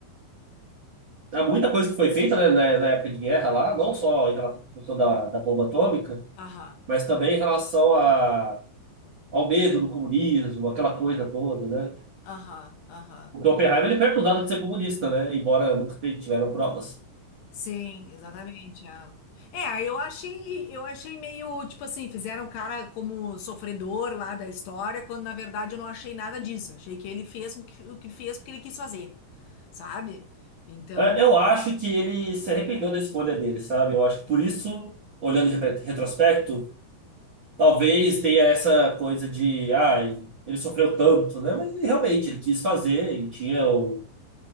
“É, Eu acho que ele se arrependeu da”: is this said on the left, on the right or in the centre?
Right